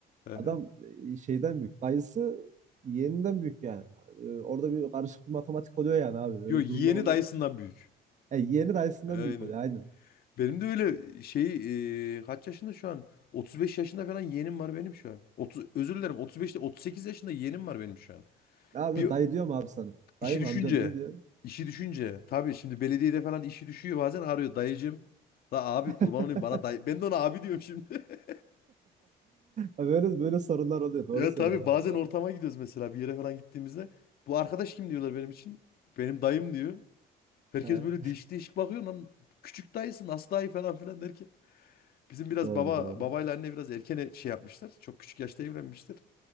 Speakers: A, on the left (about 65°); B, on the right (about 45°).
A: Aha.
B: Adam e, şeyden büyük. Dayısı yeğeninden büyük yani. E, Orada bir karışık bir matematik oluyor yani abi. Öyle
A: Yo yeğeni
B: durumlar oluyor.
A: dayısından büyük.
B: E, yeğeni dayısından
A: Aynen.
B: büyük oluyor aynen.
A: Benim de öyle şey e, kaç yaşında şu an? 35 yaşında falan yeğenim var benim şu an. 30, özür dilerim 35 değil, 38 yaşında yeğenim var benim şu an.
B: Ne yapıyor?
A: Bir
B: Dayı diyor mu abi sana?
A: işi
B: Dayı
A: düşünce
B: mı amcam ne diyor?
A: işi düşünce tabii şimdi belediyede falan işi düşüyor bazen arıyor dayıcım. La abi
B: <laughs>
A: kurban olayım bana dayı. Ben de ona abi diyorum şimdi. <laughs>
B: Böyle böyle sorunlar oluyor. Doğru
A: Ya
B: söylüyorsun
A: tabii bazen
B: abi ya.
A: ortama gidiyoruz mesela bir yere falan gittiğimizde. Bu arkadaş kim diyorlar benim için. Benim dayım diyor. Herkes
B: Evet,
A: böyle değişik değişik bakıyor lan. Küçük dayısı nasıl dayı falan filan derken. Bizim biraz
B: doğru
A: baba
B: doğru.
A: babayla anne biraz erken e- şey yapmışlar. Çok küçük yaşta evlenmişler.